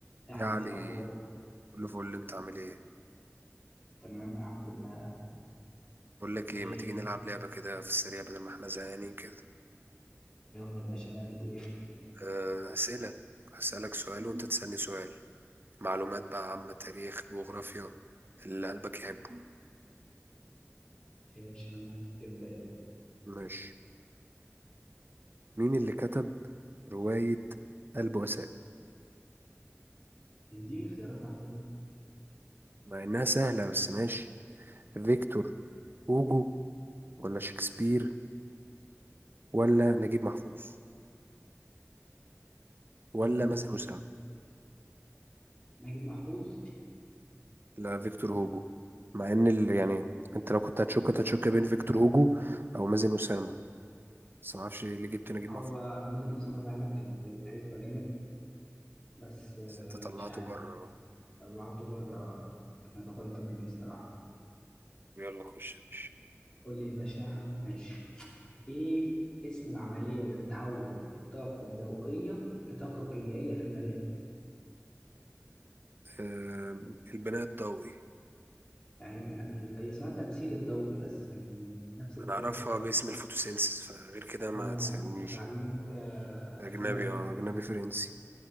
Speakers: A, on the left; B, on the right.
A: يا احمد
B: يا علي
A: إيه الاخبار
B: كله فل انت عامل ايه
A: تمام الحمد لله
B: بقول لك ايه
A: ايه
B: ما تيجي
A: شكلك؟
B: نلعب لعبه كده في السريع بدل ما احنا زهقانين كده
A: يلا يا باشا لعبه ايه
B: آه، اسئله هسألك سؤال وانت تسألني سؤال معلومات بقى عامه تاريخ جغرافيا اللي قلبك يحبه
A: ماشي يا باشا انا موافق ابدا يلا
B: ماشي مين اللي كتب روايه البؤساء
A: اديني خيارات على طول
B: مع انها سهله بس ماشي فيكتور هوجو ولا شكسبير ولا نجيب محفوظ ولا
A: آه
B: مثلا
A: نجيب محفوظ
B: لا فيكتور هوجو مع ان ال... يعني انت لو كنت هتشك كنت هتشك بين فيكتور هوجو او مازن اسامه بس ما اعرفش ليه جبت نجيب
A: هو
B: محفوظ
A: مازن اسامه فعلا كان في الحسبه جامد بس آه
B: بس انت طلعته
A: مش عارف
B: بره
A: طلعته بره كانت غلطه مني الصراحه
B: يلا خش يا باشا
A: قول لي يا باشا ماشي ايه اسم العمليه اللي بتحول الطاقه الضوئيه لطاقه كيميائيه في النبات
B: أم، البناء الضوئي
A: يعني يعني هي اسمها التمثيل الضوئي بس يعني نفس الفكره
B: انا اعرفها باسم الفوتوسينسيس فغير كده ما
A: آه
B: تسالنيش
A: أنت تعليمك آه،
B: اجنبي
A: أجنبي أنت
B: اه اجنبي فرنسي